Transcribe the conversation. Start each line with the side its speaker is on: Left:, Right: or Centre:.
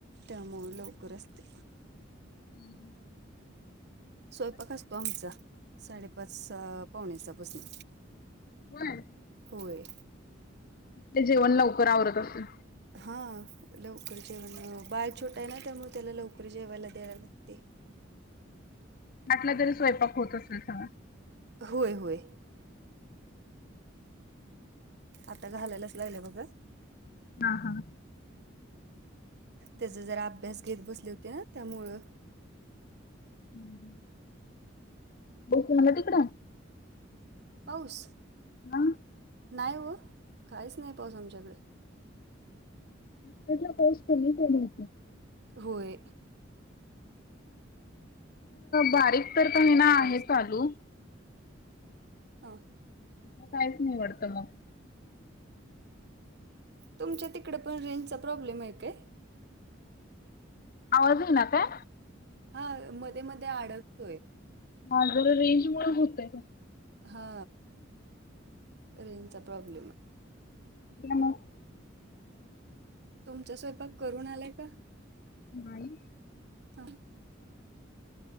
Right: त्यामुळे लवकर असते.
Left: हम्.
Right: स्वयंपाक असतो आमचा? साडेपाच पावण्याच्यापासून
Left: होय.
Right: होय.
Left: ते जेवण लवकर आवरत असल.
Right: हा लवकर जेवण, बाळ छोटा आहे ना त्यामुळे त्याला लवकर जेवायला द्यायला लागते.
Left: आठ ला तरी स्वयंपाक होत असेल सगळा.
Right: होय होय आता घालायलाच लागले बघा.
Left: हा हा
Right: त्याचा जरा अभ्यास घेत बसले होते ना त्यामुळं
Left: हं बसू ना म तिकडं
Right: पाऊस
Left: हा
Right: नाही हो काहीच नाही पाऊस आमच्याकडे.
Left: <unintelligible> पाऊस कमी च ये म्हटल
Right: होय
Left: बारीक तर होईना
Right: पाऊस
Left: आहे चालू
Right: हां
Left: मग काहीच नाही आवडतं मग
Right: तुमच्या तिकडे पण रेंजचा प्रॉब्लेम आहे काय?
Left: आज येईना काय?
Right: हा मध्ये मध्ये अडकतोय.
Left: मा जर रेंज मूळ होतय
Right: हा रेंजचा प्रॉब्लेम आहे.
Left: मग
Right: तुमचा स्वयपा करून आलाय का?
Left: नाही
Right: हां